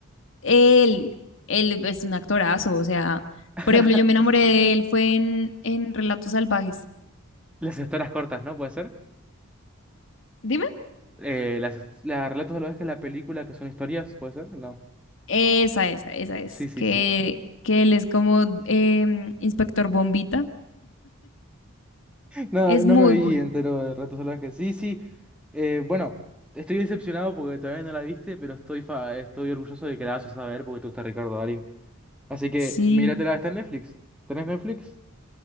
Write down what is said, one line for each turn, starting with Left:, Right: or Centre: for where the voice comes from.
Left: él, él es un actorazo, o sea,
Centre: <laughs>
Left: por ejemplo, yo me enamoré de él, fue en, en Relatos Salvajes.
Centre: Las historias cortas, ¿no? ¿Puede ser?
Left: Dime.
Centre: Eh, las, las relatos de los que la película que son historias, ¿puede ser? No.
Left: Esa, esa, esa es,
Centre: Sí, sí,
Left: que,
Centre: sí. <laughs>
Left: que él es como em, Inspector Bombita.
Centre: No,
Left: Es
Centre: no
Left: muy
Centre: me vi
Left: bueno.
Centre: entero de relatos salvajes. Sí, sí. Eh, bueno, estoy decepcionado porque todavía no la viste, pero estoy, fa- estoy orgulloso de que la vayas a ver porque te gusta Ricardo Darín. Así que
Left: Sí,
Centre: míratela, está en Netflix. ¿Tenés Netflix?